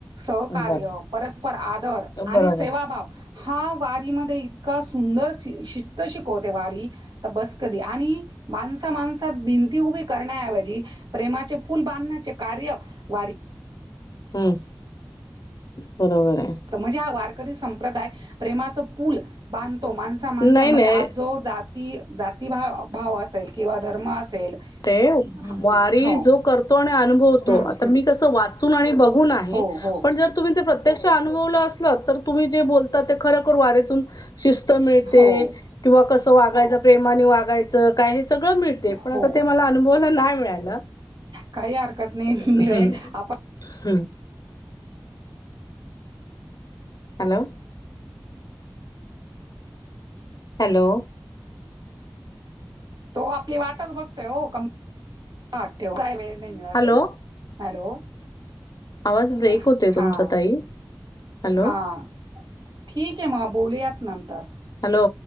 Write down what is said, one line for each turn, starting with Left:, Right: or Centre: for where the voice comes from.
Right: सहकार्य,
Left: बर
Right: परस्पर आदर आणि
Left: बरोबर
Right: सेवाभाव. हा वारीमध्ये इतका सुंदर श शिस्त शिकवते वारी. तर बस कधी आणि माणसा माणसात भिंती उभी करण्याऐवजी प्रेमाचे फूल बांधण्याचे कार्य वारी --
Left: हम्म. बरोबर आहे.
Right: त म्हणजे हा वारकरी संप्रदाय प्रेमाचं पूल बांधतो माणसा माणसांमध्ये
Left: नाही नाही
Right: आज जो जात ती जाती भा भाव असेल किंवा धर्म असेल
Left: ते
Right: ह
Left: वारी
Right: हो
Left: जो करतो आणि अनुभवतो
Right: हं,
Left: आता
Right: हं.
Left: मी कसं वाचून आणि बघून आहे.
Right: हो हो.
Left: पण जर तुम्ही ते प्रत्यक्ष अनुभवलं असल तर तुम्ही जे बोलता ते खरोखर वारीतून शिस्त मिळते
Right: हो,
Left: किंवा कसं वागायच प्रेमाने वागायचं काय हे सगळं मिळते.
Right: हो.
Left: तर ते मला अनुभवायल नाही मिळालं.
Right: काही हरकत नाही
Left: हम्म.
Right: मिळेल आपण
Left: हम्म. हॅलो! हॅलो!
Right: तो आपली वाटच बघतय ओ <unintelligible> काय वेळ नाही मिळतय.
Left: हॅलो
Right: हॅलो!
Left: आवाज
Right: हा.
Left: ब्रेक होते तुमचा ताई हॅलो
Right: हा. ठीकाय मग बोलूयात नंतर
Left: हॅलो!